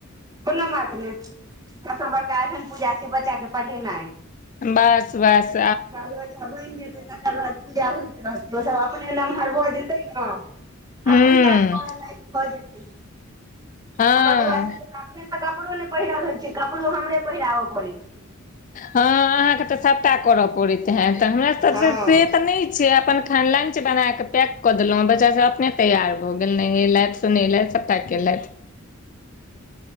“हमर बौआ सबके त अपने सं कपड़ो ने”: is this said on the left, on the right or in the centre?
Right